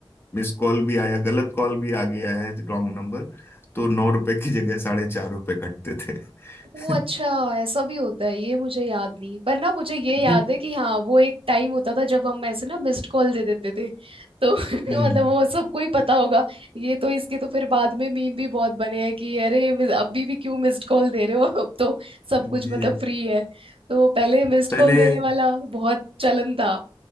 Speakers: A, on the left; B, on the right.
A: मिस कॉल भी आया गलत कॉल भी आ गया है रॉन्ग नंबर तो नौ रुपए की जगह साढ़े चार रुपए कटते थे
B: वो अच्छा
A: <laughs>
B: ऐसा भी होता है ये मुझे याद नहीं पर ना मुझे ये याद
A: जी
B: है कि हाँ वो एक टाइम होता था जब हम ऐसे ना मिस्ड कॉल दे देते थे तो <laughs>
A: हम्म
B: मतलब वो सबको ही पता होगा ये तो इसके तो फिर बाद में मीम भी बहुत बने हैं कि अरे मिस- अभी भी क्यों मिस्ड कॉल दे रहे हो <laughs> अब तो सब
A: जी
B: कुछ मतलब फ्री है तो पहले मिस्ड
A: पहले
B: कॉल देने वाला बहुत चलन था